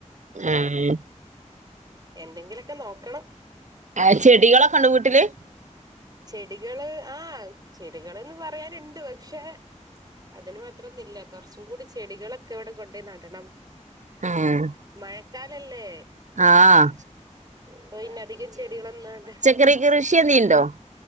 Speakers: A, on the right; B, on the right.
A: ഏഹ്
B: എന്തെങ്കിലൊക്കെ നോക്കണം
A: ആഹ് ചെടികളൊക്കണ്ടോ വീട്ടില്
B: ചെടികള് ആഹ് ചെടികൾന്ന് പറയാനുണ്ട് പക്ഷെ അതിന് മാത്രംന്നില്ല കുറച്ചും കൂടി ചെടികളൊക്കെ ഇവിടെ കൊണ്ടയി നടണം
A: ഏഹ്
B: മഴക്കാലല്ലേ
A: ആഹ്
B: പ്പൊ പിന്നെ അധികം ചെടികളന്നാങ്ങട്ട്
A: കൃ കൃഷിയെന്ന ഇണ്ടോ